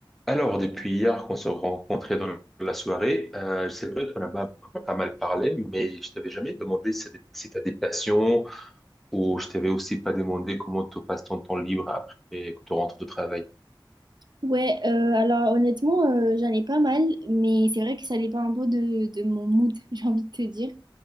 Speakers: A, in the centre; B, on the right.
A: Alors, depuis hier qu'on s'est rencontrés dans la soirée, euh, c'est vrai qu'on a ma- pas mal parlé, mais je t'avais jamais demandé si tu as des passions ou je t'avais aussi pas demandé comment tu passes ton temps libre après que tu rentres de travail.
B: Ouais, euh, alors honnêtement, euh, j'en ai pas mal, mais c'est vrai que ça dépend un peu de, de mon mood, <laughs> j'ai envie de te dire.